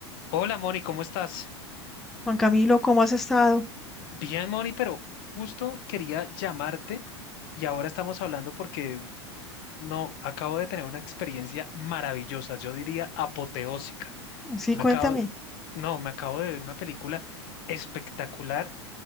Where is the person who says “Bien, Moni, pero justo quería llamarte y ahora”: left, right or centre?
Left